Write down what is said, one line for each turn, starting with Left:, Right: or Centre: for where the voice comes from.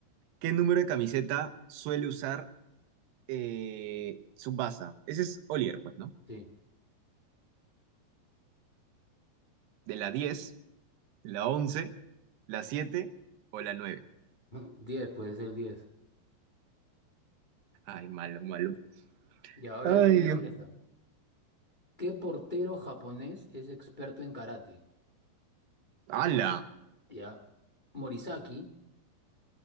Right: ¿Qué número de camiseta suele usar eh, Tsubasa? Ese es Olier, pues, ¿no?
Left: Sí.
Right: De la 10, la 11, la 7 o la 9.
Left: <laughs> 10, pues el 10.
Right: Ay, malo, malo.
Left: Y ahora
Right: Ay,
Left: yo te voy a
Right: Dios.
Left: decir esta. ¿Qué portero japonés es experto en karate?
Right: ¡Hala!
Left: Ya. Morisaki,